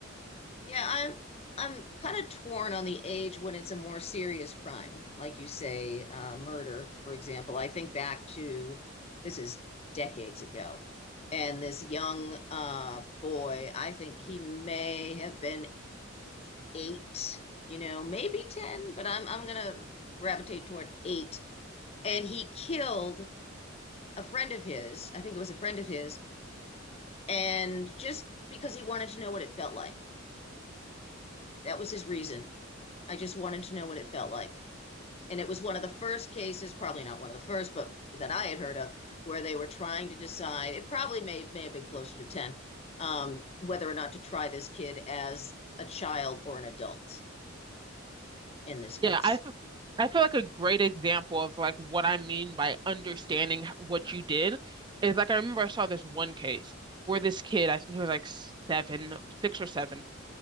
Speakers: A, on the left (about 30°); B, on the right (about 20°).
A: Yeah, I'm I'm kind of torn on the age when it's a more serious crime, like you say, uh, murder, for example. I think back to this is decades ago, and this young uh, boy, I think he may have been eight, you know, maybe ten, but I'm I'm gonna gravitate toward eight, and he killed a friend of his. I think it was a friend of his, and just because he wanted to know what it felt like. That was his reason. I just wanted to know what it felt like. and it was one of the first cases, probably not one of the first, but that I had heard of, where they were trying to decide. It probably may may have been closer to ten, um, whether or not to try this kid as a child or an adult in this case.
B: Yeah, I feel, I feel like a great example of like what I mean by understanding h- what you did is like I remember I saw this one case where this kid, I think he was like seven, no, six or seven,